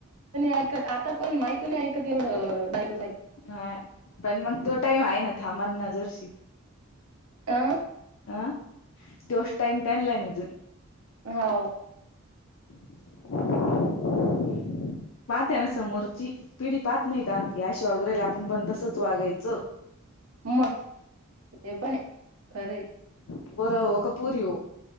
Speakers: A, on the right; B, on the left.
A: ऐकत, आता पण माहती नाही ऐकत एवढं बायकोच ऐक
B: हा पण मग तो टाइम आहे ना, थांबण न जर शिक.
A: अं
B: अं त्योस टाइम ते त्यांला आहे ना जर.
A: हो.
B: <inaudible> पाह्या ना समोरची पिढी पाहत नाही का या शिवागोऱ्याला आपण बंद तसच वागायचं.
A: मग ते पण हे, खरंय.
B: बोरं हो का पोरी हो.